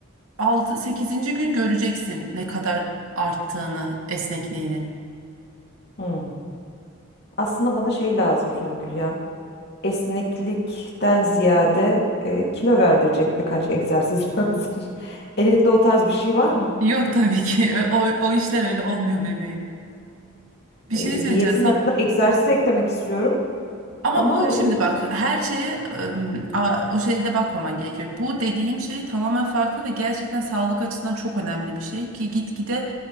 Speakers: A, on the right; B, on the left.
A: 6 sekizinci gün göreceksin ne kadar arttığını esnekliğinin.
B: Hmm. Aslında bana şey lazım Songül ya. Esneklikten ziyade e, kilo verdirecek birkaç egzersiz <laughs> lazım. Elinde o tarz bir şey var mı?
A: Yok tabii ki <laughs> o, o işler öyle olmuyor bebeğim. Bir
B: E,
A: şey söyleyeceğim.
B: diyetin
A: Sabah
B: yanında egzersiz eklemek istiyorum.
A: Ama
B: Ama
A: bu
B: e,
A: şimdi bak her şeye ım, a- o şeyle bakmaman gerekiyor. Bu dediğim şey tamamen farklı ve gerçekten sağlık açısından çok önemli bir şey ki gitgide